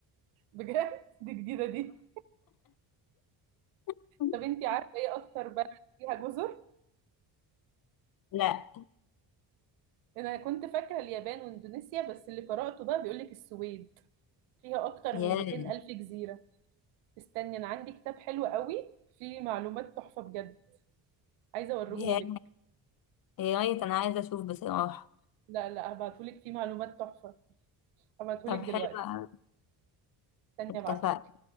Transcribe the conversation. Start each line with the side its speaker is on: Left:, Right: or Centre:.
Right: بجد <laughs> دي جديدة دي
Left: <laughs>
Right: طب انتي عارفة ايه اكتر بلد فيها جزر؟
Left: لا
Right: انا كنت فاكرة اليابان واندونيسيا بس اللي قرأته بقى بيقولك السويد فيها اكتر
Left: ياه
Right: من 200 الف جزيرة استني انا عندي كتاب حلو قوي فيه معلومات تحفة بجد عايزة اوريهولك
Left: يا يا ريت انا عايزه اشوف بصراحه
Right: لا لا هبعتهولك فيه معلومات تحفة هبعتهولك
Left: طب
Right: دلوقتي
Left: حلو أوي.
Right: استني
Left: اتفقنا
Right: ابعتهولك